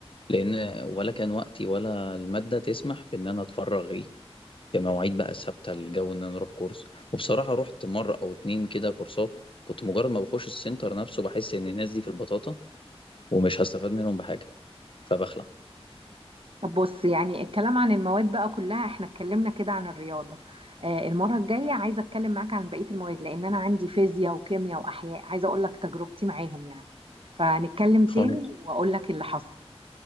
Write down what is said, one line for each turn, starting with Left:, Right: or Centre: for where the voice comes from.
Left: لأن ولا كان وقتي ولا المادة تسمح بإن أنا أتفرغ إيه في مواعيد بقى ثابته الجو ان انا اروح كورس وبصراحه رحت مره او اتنين كده كورسات كنت مجرد ما بخش السنتر نفسه بحس ان الناس دي في البطاطا ومش هستفاد منهم بحاجه فبخلع
Right: طب بص يعني الكلام عن المواد بقى كلها احنا اتكلمنا كده عن الرياضة آه، المرة الجاية عايزة اتكلم معاك عن بقية المواد لان انا عندي فيزياء وكيمياء واحياء عايزة اقول لك تجربتي معاهم يعني فنتكلم تاني
Left: خلاص
Right: واقول لك اللي حصل